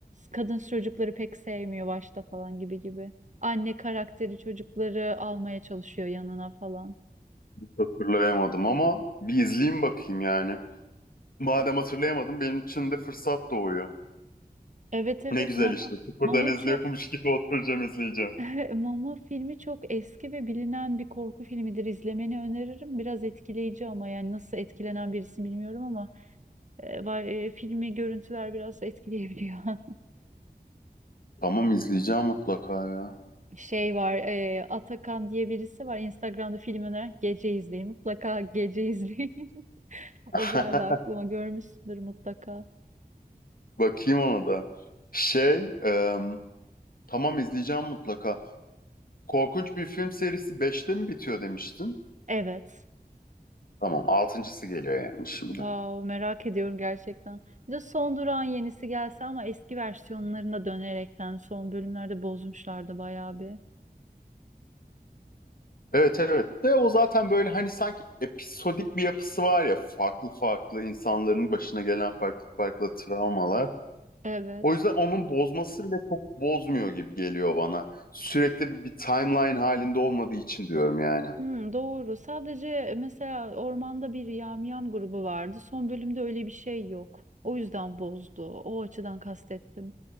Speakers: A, on the right (about 50°); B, on the left (about 65°).
A: kadın çocukları pek sevmiyor başta falan gibi gibi anne karakteri çocukları almaya çalışıyor yanına falan
B: Hatırlayamadım ama bir izleyeyim bakayım yani. Madem hatırlayamadım benim için de fırsat doğuyor.
A: evet evet
B: Ne güzel
A: Mama
B: işte. Sıfırdan
A: Mama
B: izliyormuş
A: çok
B: gibi oturacağım izleyeceğim.
A: <laughs> Mama filmi çok eski ve bilinen bir korku filmidir izlemeni öneririm biraz etkileyici ama yani nasıl etkilenen birisi bilmiyorum ama e, ba- e, filmi görüntüler biraz etkileyebiliyor <laughs>
B: Tamam izleyeceğim mutlaka ya.
A: şey var e, Atakan diye birisi var Instagram'da film öneren gece izleyin mutlaka gece izleyin <laughs>
B: <laughs>
A: o geldi aklıma görmüşsündür mutlaka
B: Bakayım ona da. Şey, e, tamam izleyeceğim mutlaka. Korkunç bir film serisi beşte mi bitiyor demiştin?
A: evet
B: Tamam, altıncısı geliyor yani şimdi.
A: wow merak ediyorum gerçekten bir de Son Durağın yenisi gelse ama eski versiyonlarına dönerekten son bölümlerde bozmuşlardı bayağı bir
B: Evet evet de o zaten böyle hani sanki episodik bir yapısı var ya farklı farklı insanların başına gelen farklı farklı travmalar.
A: evet
B: O yüzden onun bozması bile çok bozmuyor gibi geliyor bana. Sürekli bir, bir timeline halinde olmadığı için diyorum yani.
A: Hmm, doğru sadece mesela ormanda bir yamyam grubu vardı son bölümde öyle bir şey yok o yüzden bozdu o açıdan kastettim